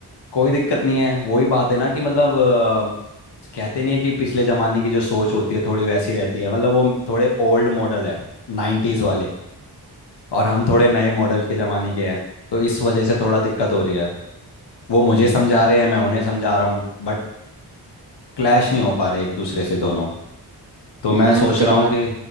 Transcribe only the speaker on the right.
मैं
तेरी
बात